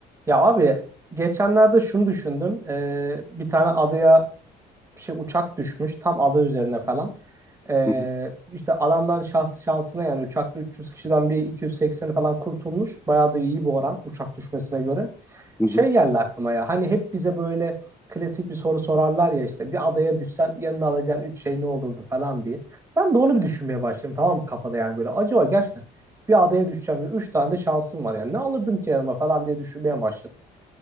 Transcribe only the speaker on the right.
Ya abi geçenlerde şunu düşündüm. Ee, bir tane adaya bir şey uçak düşmüş tam ada üzerine falan. Ee,
işte adamların şans, şansına yani uçakta 300 kişiden bir 280'i falan kurtulmuş. Bayağı da iyi bir oran uçak düşmesine göre.
Şey
geldi aklıma ya hani hep bize böyle klasik bir soru sorarlar ya işte bir adaya düşsen yanına alacağın 3 şey ne olurdu falan diye. Ben de onu bir düşünmeye başladım tamam mı kafada yani böyle acaba gerçekten bir adaya düşeceğim ve 3 tane de şansım var yani ne alırdım ki yanıma falan diye düşünmeye başladım.